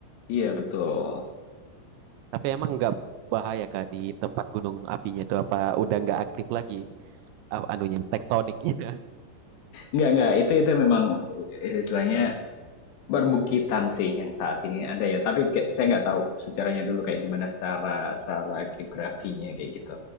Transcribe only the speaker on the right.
Tapi emang nggak bahaya kak di tempat gunung apinya itu apa udah nggak aktif lagi a- anunya tektoniknya <laughs>